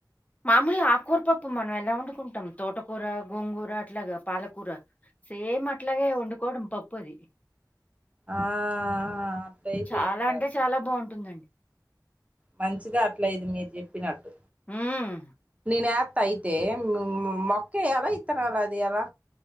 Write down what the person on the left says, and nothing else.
మామూలుగ ఆకూర పప్పు మనం ఎలా వండుకుంటాం తోటకూర గోంగూర అట్లాగా పాలకూర సేమ్ అట్లాగే వండుకోవడం పప్పు అది
చాలా
అంటే చాలా బాగుంటుందండి
హ్మ్